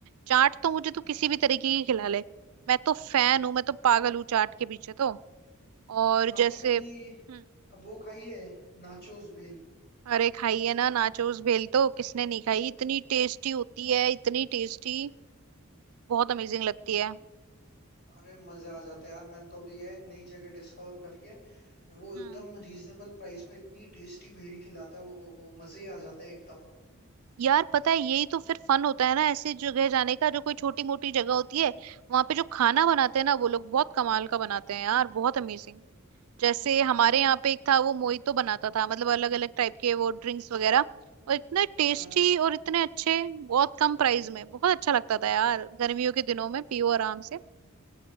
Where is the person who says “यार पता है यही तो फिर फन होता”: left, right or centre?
Right